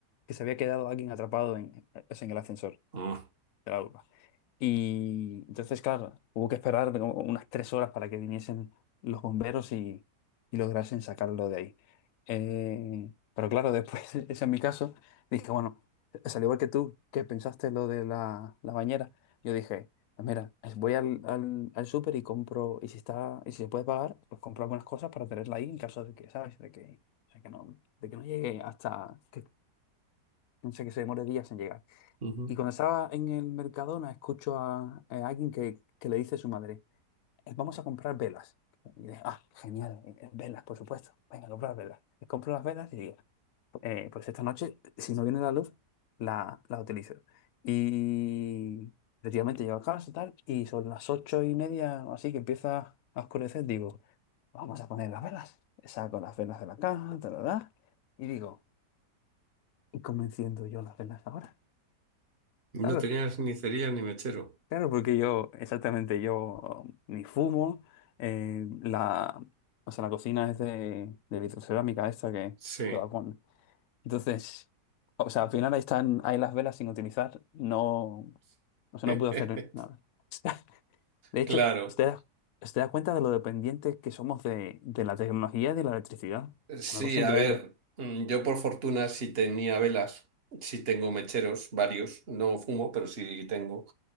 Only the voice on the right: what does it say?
Ah,
ujú.
No
tenías ni cerilla ni mechero.
Sí.
<laughs>
Claro.
Sí,
a
ver, mm, yo por fortuna sí tenía velas, sí tengo mecheros, varios, no fumo, pero sí tengo.